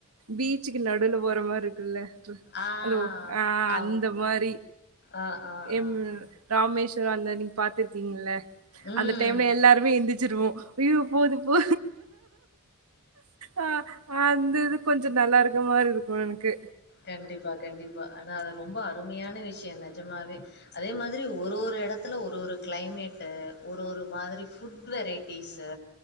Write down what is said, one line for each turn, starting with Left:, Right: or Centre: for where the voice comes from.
Right: பீச்சுக்கு நடுவுல போற மாரி இருக்குள்ள
Left: ஆ.
Right: ஹலோ ஆ
Left: ஆம்.
Right: அந்த மாரி
Left: ஆ, ஆ,
Right: எம்
Left: ஆ, ஆ.
Right: ராமேஸ்வர அந்த நீங்க பாத்துருக்கீங்கல்ல
Left: ம்.
Right: அந்த டைம்ல எல்லாருமே எந்திச்சிருவோ ஐயோ போது போ அ அந்த இது கொஞ்ச நல்லா இருக்க மாரி இருக்கு எனக்கு
Left: கண்டிப்பா கண்டிப்பா ஆனா அது ரொம்ப அருமையான விஷய என்ன நெஜமாவே அதே மாதிரி ஒரு ஒரு இடத்து த்துல ஒரு ஒரு க்ளைமேட்டு ஒரு ஒரு மாதிரி ஃபுட் வெரைட்டிஸு